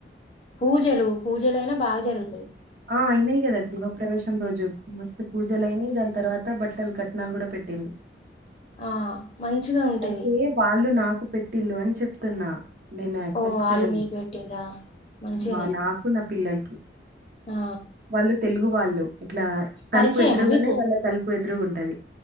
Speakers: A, on the left (about 35°); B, on the right (about 50°).
A: పూజలు పూజలు అయినా బాగా జరుగుతది.
B: ఆ అయినాయి గదా గృహప్రవేశం రోజు మస్తు పూజలయినయి దాని తర్వాత బట్టలు కట్నాలు కూడా పెట్టిండు.
A: ఆ మంచిగా ఉంటది
B: అయితే వాళ్ళు నాకు పెట్టిల్లు అని చెప్తున్నా నేను యాక్సెప్ట్
A: ఓ వాళ్ళు
B: చేయలే.
A: మీకు పెట్టిన్ర మంచిగనే
B: ఆ! నాకు, నా పిల్లలకి
A: ఆ
B: వాళ్ళు తెలుగు వాళ్ళు ఇట్లా తలుపు
A: పరిచయమా
B: ఎదురుగానే
A: మీకు
B: వాళ్ళ తలుపు ఎదురుగు టది